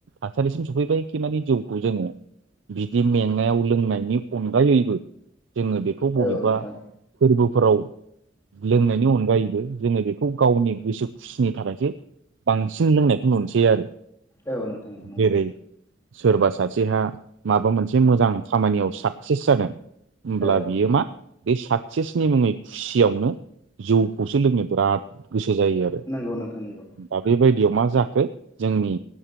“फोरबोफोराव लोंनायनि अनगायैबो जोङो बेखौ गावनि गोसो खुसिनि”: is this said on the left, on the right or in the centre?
Right